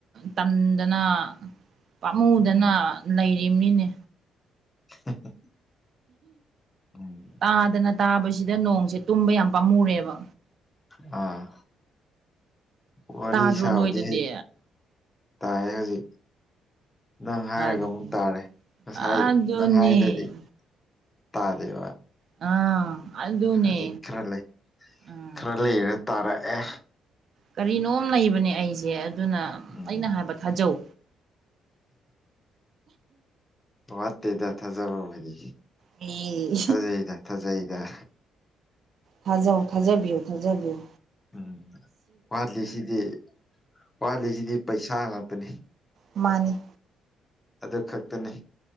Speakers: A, on the right; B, on the left.
A: ꯇꯟꯗꯅ ꯄꯥꯝꯃꯨꯗꯅ
B: ꯎꯝ
A: ꯂꯩꯔꯤꯕꯅꯤꯅꯦ
B: <inaudible> ꯎꯝ
A: ꯇꯥꯗꯅ ꯇꯥꯕꯁꯤꯗ ꯅꯣꯡꯁꯦ ꯇꯨꯝꯕ ꯌꯥꯝ ꯄꯥꯝꯃꯨꯔꯦꯕ
B: ꯑꯥ ꯋꯥꯔꯤ
A: ꯇꯥꯗ꯭ꯔꯣ
B: ꯁꯥꯕꯗꯤ
A: ꯅꯣꯏꯗꯗꯤ
B: ꯍꯩ ꯇꯥꯏꯌꯦ ꯍꯧꯖꯤꯛ ꯅꯪ ꯍꯥꯏꯔꯒ
A: ꯑꯗꯨ
B: ꯑꯃꯨꯛ ꯇꯥꯔꯦ ꯉꯁꯥꯏ
A: ꯑꯗꯨꯅꯦ
B: ꯅꯪ ꯍꯥꯏꯗꯗꯤ ꯇꯥꯗꯦꯕ
A: ꯑꯥ ꯑꯗꯨꯅꯦ
B: ꯍꯧꯖꯤꯛ ꯈꯔ ꯂꯩ
A: ꯑꯥ
B: ꯈꯔ ꯂꯩꯔ ꯇꯥꯔꯛꯑꯦ
A: ꯀꯔꯤꯅꯣꯝ ꯂꯩꯕꯅꯦ ꯑꯩꯁꯦ ꯑꯗꯨꯅ
B: ꯎꯝ
A: ꯑꯩꯅ ꯍꯥꯏꯕ ꯊꯥꯖꯧ
B: ꯋꯥꯠꯇꯦꯗ ꯊꯥꯖꯕ ꯍꯥꯏꯗꯤ
A: ꯑ
B: ꯊꯥꯖꯩꯗ ꯊꯥꯖꯩꯗ
A: ꯊꯥꯖ ꯊꯥꯖꯥꯕꯤꯌ ꯊꯥꯖꯥꯕꯤꯌ
B: ꯎꯝ ꯋꯥꯠꯂꯤꯁꯤꯗꯤ ꯋꯥꯠꯂꯤꯁꯤꯗꯤ ꯄꯩꯁꯥ ꯉꯥꯛꯇꯅꯤ
A: ꯃꯥꯅꯤ
B: ꯑꯗꯨ ꯈꯛꯇꯅꯤ